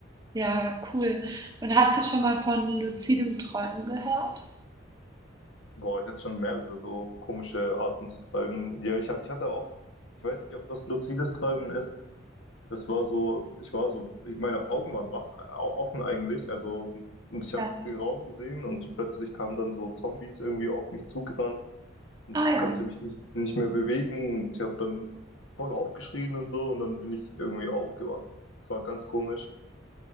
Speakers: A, on the right (about 20°); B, on the left (about 85°).
A: ja, cool. Und hast du schon mal von luzidem Träumen gehört?
B: Boah, ich hatte schon mehrere so komische Arten zu treiben. Ja, ich, ha- ich hatte auch, ich weiß nicht, ob das luzides Träumen ist. Das war so, ich war so, ich- meine Augen waren wach, äh, au- offen eigentlich. Also, und ich habe
A: Ja.
B: den Raum gesehen und plötzlich kamen dann so Zombies irgendwie auf mich zugerannt und
A: Ah
B: ich
A: ja.
B: konnte mich nicht, nicht mehr bewegen und ich habe dann voll aufgeschrien und so und dann bin ich irgendwie aufgewacht. Das war ganz komisch.